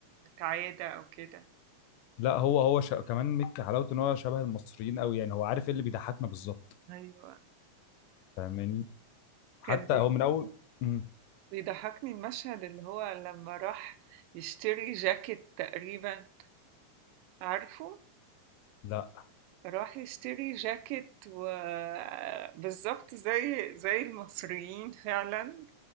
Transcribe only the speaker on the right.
متعادة او كده
ايوه
كان بي-
بيضحكني المشهد اللي هو لما راح يشتري جاكيت تقريبا عارفه
راح يشتري جاكيت وبالظبط زي زي المصريين فعلا